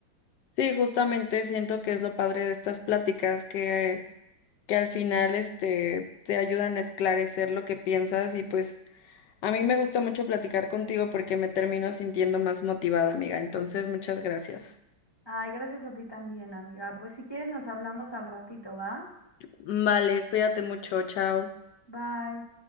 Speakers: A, on the left; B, on the left.
A: Sí, justamente siento que es lo padre de estas pláticas que, que al final este, te ayudan a esclarecer lo que piensas y pues a mí me gusta mucho platicar contigo porque me termino sintiendo más motivada, amiga. Entonces, muchas gracias.
B: Ay, gracias a ti también, amiga. Pues si quieres nos hablamos al ratito, ¿va?
A: Vale, cuídate mucho, chao.
B: Bye.